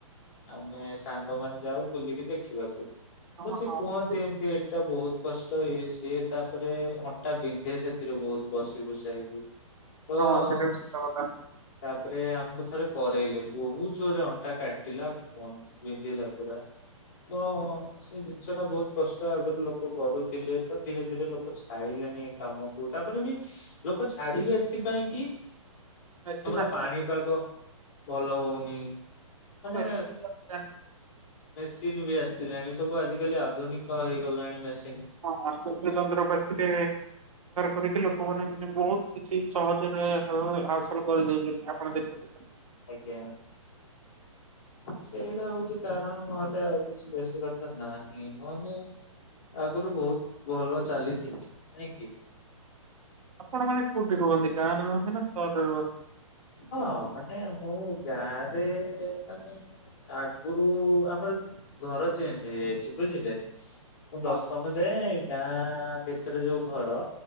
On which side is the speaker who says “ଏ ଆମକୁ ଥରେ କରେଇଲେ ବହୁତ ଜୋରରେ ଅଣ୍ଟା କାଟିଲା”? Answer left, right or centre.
Left